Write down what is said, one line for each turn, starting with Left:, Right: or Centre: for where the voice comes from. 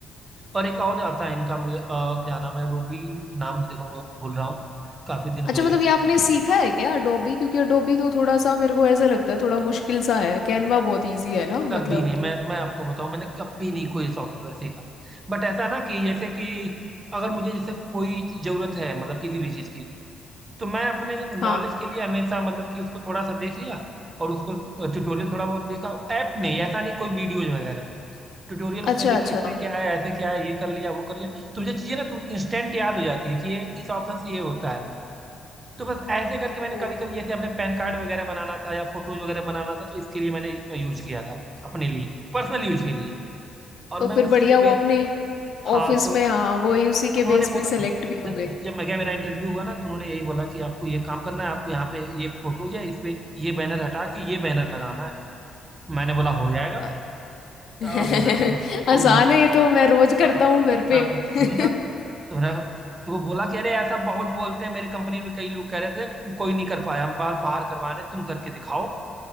Right: और एक और आता है इनका मुझे अ, क्या नाम है रूबी नाम देखो मैं भूल रहा हूँ काफी दिन हो
Left: अच्छा
Right: गए
Left: मतलब
Right: यूज
Left: ये
Right: किए
Left: आपने सीखा है क्या अडोबी क्योंकि अडोबी तो थोड़ा सा मेरे को ऐसा लगता है थोड़ा मुश्किल सा है कैनवा बहुत इजी है ना
Right: कभी
Left: मतलब
Right: नहीं मैं मैं आपको बताऊं मैंने कभी नहीं कोई सॉफ्टवेयर सीखा बट ऐसा ना कि जैसे कि अगर मुझे जैसे कोई जरूरत है मतलब किसी भी चीज की तो मैं अपने
Left: हाँ
Right: नॉलेज के लिए हमेशा मतलब कि उसको थोड़ा सा देख लिया और उसको ट्यूटोरियल थोड़ा बहुत देखा ऐप में ऐसा नहीं कोई वीडियोज वगैरह ट्यूटोरियल उसमें
Left: अच्छा
Right: देख
Left: अच्छा
Right: के इसमें क्या है ऐसे क्या है ये कर लिया वो कर लिया तो मुझे चीजें ना इंस्टेंट याद हो जाती है कि ये इस ऑप्शन से ये होता है तो बस ऐसे करके मैंने
Left: ओ,
Right: कभी कभी जैसे अपने पैन कार्ड वगैरह बनाना था या फोटोज वगैरह बनाना था तो इसके लिए मैंने यूज किया था अपने लिए पर्सनल यूज के लिए और
Left: तो
Right: मैं
Left: फिर बढ़िया
Right: उसी के
Left: वो
Right: बेस
Left: अपने
Right: हाँ
Left: ऑफिस
Right: तो
Left: में हाँ वही उसी के
Right: जब उन्होंने
Left: बेस पे
Right: बोला
Left: सेलेक्ट भी
Right: जब
Left: हो गए
Right: जब मैं गया मेरा इंटरव्यू हुआ ना तो उन्होंने यही बोला कि आपको ये काम करना है आपको यहाँ पे ये फोटोज है इस पे ये बैनर हटा के ये बैनर लगाना है मैंने बोला हो जाएगा
Left: आ-
Right: तो
Left: <laughs>
Right: अब उन्होंने बोला
Left: आसान
Right: अब उन्होंने बोला
Left: है ये तो मैं रोज करता
Right: हाँ
Left: हूँ घर
Right: मैं
Left: पे
Right: बोला
Left: <laughs>
Right: कर दूंगा मैं तो उन्होंने तो वो बोला कि अरे ऐसा बहुत बोलते हैं मेरे कंपनी में कई लोग कह रहे थे कोई नहीं कर पाया हम बाहर बाहर करवाने तुम करके दिखाओ